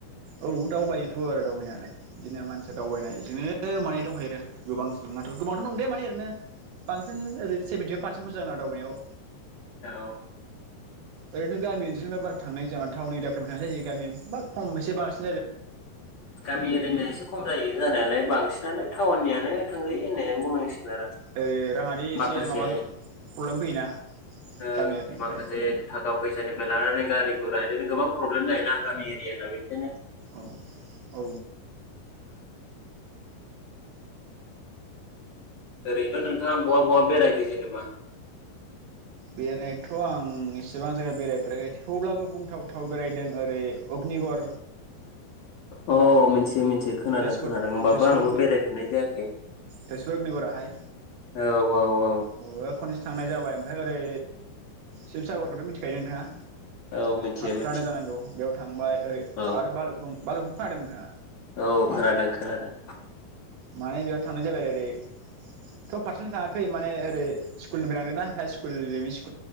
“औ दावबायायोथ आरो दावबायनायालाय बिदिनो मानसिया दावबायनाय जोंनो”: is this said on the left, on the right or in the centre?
Right